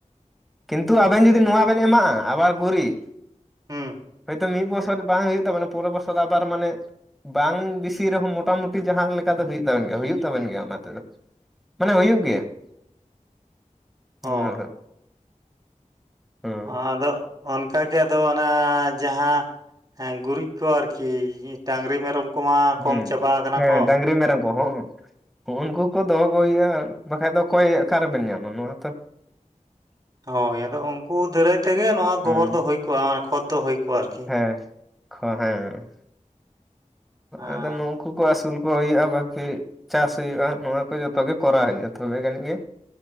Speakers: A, in the centre; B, on the right.
A: ᱠᱤᱱᱛᱩ ᱟᱵᱮᱱ ᱡᱩᱫᱤ ᱱᱚᱣᱟ ᱵᱮᱱ ᱮᱢᱟᱜᱼᱟ ᱟᱵᱟᱨ ᱜᱩᱨᱤᱡ᱾
B: ᱦᱮᱸ
A: ᱛᱚ ᱢᱤᱫ ᱵᱚᱥᱚᱨ ᱵᱟᱝ ᱦᱩᱭᱩᱜ ᱛᱟᱵᱮᱱᱟ ᱯᱚᱨᱮ ᱵᱚᱥᱚᱨ ᱟᱵᱟᱨ ᱢᱟᱱᱮ ᱵᱟᱝ ᱵᱮᱥᱤ ᱨᱮᱦᱚᱸ ᱢᱳᱴᱟᱢᱩᱴᱤ ᱡᱟᱦᱟᱸ ᱞᱮᱠᱟ ᱫᱚ ᱦᱩᱭᱩᱜ ᱛᱟᱵᱮᱱ ᱜᱮᱭᱟ ᱦᱩᱭᱩᱜ ᱛᱟᱵᱮᱱ ᱜᱮᱭᱟ ᱚᱱᱟ ᱛᱮᱫᱚ᱾ ᱢᱟᱱᱮ ᱦᱩᱭᱩᱜ ᱜᱮᱭᱟ᱾
B: <inaudible> ᱦᱳᱭ
A: ᱱᱚᱣᱟ ᱫᱚ ᱦᱮᱸ
B: ᱱᱚᱣᱟ ᱫᱚ ᱚᱱᱠᱟᱜᱮ ᱟᱫᱚ ᱚᱱᱟ ᱡᱟᱦᱟᱸ ᱜᱩᱨᱤᱡ ᱠᱚ ᱟᱨᱠᱤ ᱰᱟᱝᱨᱤ ᱢᱮᱨᱚᱢ ᱠᱚᱢᱟ
A: ᱦᱩᱸ
B: ᱠᱚᱢ ᱪᱟᱵᱟ ᱟᱠᱟᱱᱟ
A: ᱦᱮᱸ
B: ᱠᱚ
A: ᱰᱟᱝᱨᱤ ᱢᱮᱨᱚᱢ ᱠᱚᱦᱚᱸ᱾ ᱦᱩᱸᱜ ᱩᱱᱠᱩ ᱠᱚ ᱫᱚᱦᱚ ᱠᱚ ᱦᱩᱭᱩᱜᱼᱟ, ᱵᱟᱠᱷᱟᱡ ᱫᱚ ᱚᱠᱚᱭ ᱚᱠᱟᱟᱨ ᱨᱮᱵᱮᱱ ᱧᱟᱢᱟ ᱱᱚᱣᱟ ᱛᱚ᱾
B: ᱦᱳᱭ ᱟᱫᱚ ᱩᱱᱠᱩ ᱫᱟᱨᱟᱹᱭ ᱛᱮᱜᱮ ᱱᱚᱣᱟ
A: ᱦᱮᱸ
B: ᱜᱚᱵᱚᱨ ᱫᱚ ᱦᱩᱭ ᱠᱚᱜᱼᱟ, ᱚᱱᱟ ᱠᱷᱚᱛ ᱫᱚ ᱦᱩᱭ ᱠᱚᱜᱼᱟ ᱟᱨᱠᱤ᱾
A: ᱦᱮᱸ ᱠᱷᱚ ᱦᱮᱸ᱾
B: ᱦᱮᱸ
A: ᱟᱫᱚ ᱱᱩᱝ ᱠᱩ ᱠᱚ ᱟᱹᱥᱩᱞ ᱠᱚ ᱦᱩᱭᱩᱜᱼᱟ ᱵᱟᱹᱠᱤ ᱪᱟᱥ ᱦᱩᱭᱩᱜᱼᱟ ᱱᱚᱣᱟ ᱠᱚ ᱡᱚᱛᱚ ᱜᱮ ᱠᱚᱨᱟᱣ ᱦᱩᱭᱩᱜᱼᱟ᱾ ᱛᱚᱵᱮ ᱜᱟᱱᱤᱡ ᱜᱮ